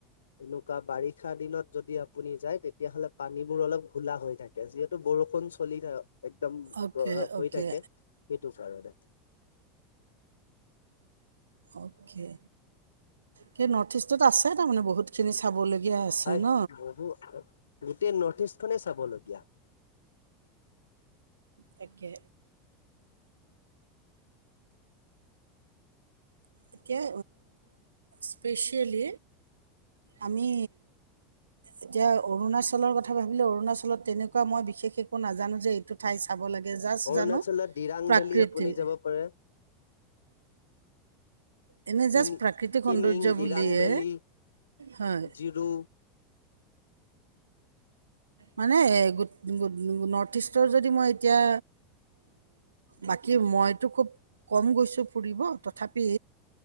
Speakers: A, on the left; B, on the right.
A: এনেকুৱা বাৰিষা দিনত যদি আপুনি যায় তেতিয়াহ'লে পানীবোৰ অলপ ঘোলা হৈ থাকে যিহেতু বৰষুণ চলি থ একদম
B: অ'কে
A: হৈ
B: অ'কে
A: থাকে সেইটো কাৰণে <inaudible>
B: অ'কে কি নৰ্থ ইষ্টত আছে তাৰমানে বহুতখিনি চাবলগীয়া আছে
A: হয়
B: ন
A: বহু গোটেই নৰ্থ ইষ্ট খনে চাবলগীয়া।
B: তাকে এতিয়া স্পেচিয়েলি আমি এতিয়া অৰুণাচলৰ কথা ভাবিলে অৰুণাচলত তেনেকুৱা মই বিশেষ একো নাজানো যে এইটো ঠাই চাব লাগে জাষ্ট
A: অৰুণাচলত
B: জানো
A: ডিৰাং
B: প্ৰাকৃতিক
A: ভেলি আপুনি যাব পাৰে
B: এনে
A: কি
B: জাষ্ট প্ৰাকৃতিক
A: কিমিং
B: সৌন্দৰ্য
A: দৰাং
B: বুলিয়ে
A: ভেলি
B: হয়
A: জিৰো
B: মানে নৰ্থ ইষ্টৰ যদি মই এতিয়া বাকী মইতো খুব কম গৈছো ফুৰিব তথাপি